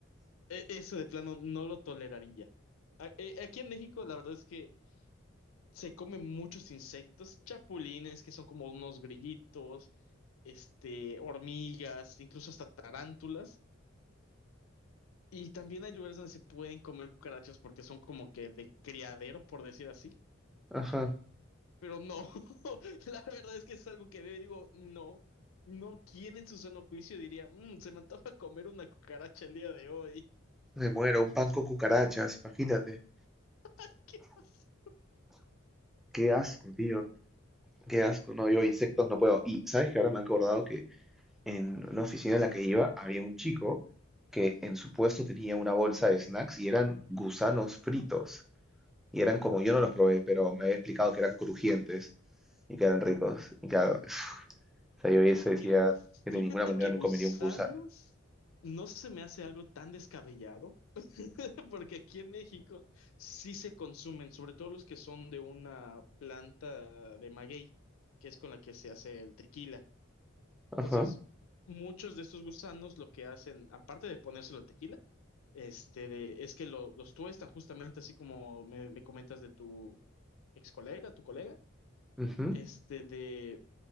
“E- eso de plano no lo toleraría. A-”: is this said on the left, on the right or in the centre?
Left